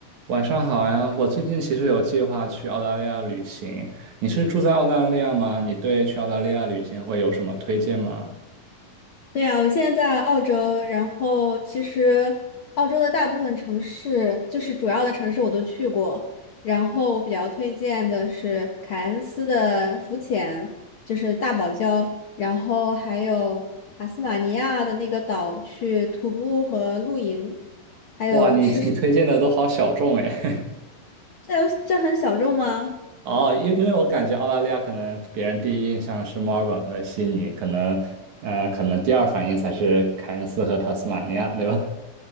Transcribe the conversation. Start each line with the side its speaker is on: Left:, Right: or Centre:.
Right: 晚上好呀，我最近其实有计划去澳大利亚旅行。你是住在澳大利亚吗？你对去澳大利亚旅行会有什么推荐吗？
Left: 对呀，我现在在澳洲，然后其实澳洲的大部分城市，就是主要的城市我都去过，然后我比较推荐的是凯恩斯的浮潜，就是大堡礁，然后还有塔斯马尼亚的那个岛去徒步和露营，还有吃，
Right: 哇，你你推荐的都好小众哎。
Left: 这有这很小众吗？
Right: <laughs> 哦，因因为我感觉澳大利亚可能别人第一印象是墨尔本和悉尼，可能呃可能第二反应才是凯恩斯和塔斯马尼亚，对吧？